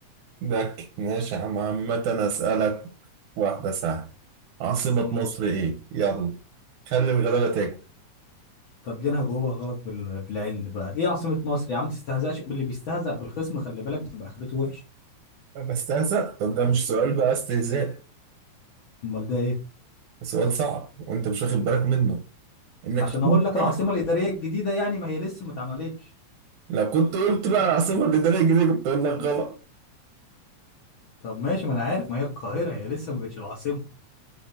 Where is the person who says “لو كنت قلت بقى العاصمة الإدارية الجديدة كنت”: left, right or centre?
Right